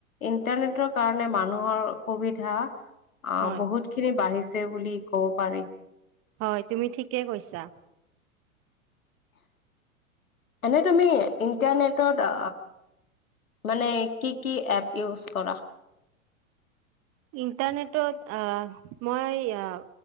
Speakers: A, on the left; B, on the right.
A: ইন্টাৰনেটৰ কাৰণে মানুহৰ সুবিধা অ
B: হয়
A: বহুতখিনি বাঢ়িছে। বুলি ক'ব পাৰি।
B: হয় তুমি ঠিকে কৈছা।
A: এনে‌ই তুমি ইণ্টাৰনেটত মানে কি-কি এপ ইউজ কৰা?
B: ইণ্টাৰনেটত আহ মই এ